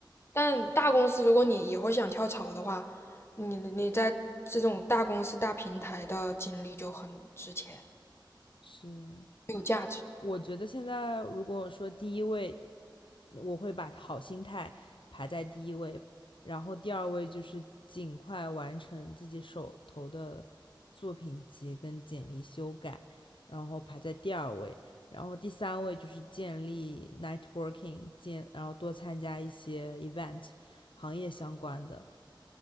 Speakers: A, on the left; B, on the left.
A: 但大公司，如果你以后想跳槽的话，你你在这种大公司、大平台的经历就很值钱，
B: 是，
A: 很有价值。
B: 我觉得现在如果说第一位我会把好心态排在第一位，然后第二位就是尽快完成自己手头的作品集跟简历修改，然后排在第二位，然后第三位就是建立 networking，建然后多参加一些 event，行业相关的，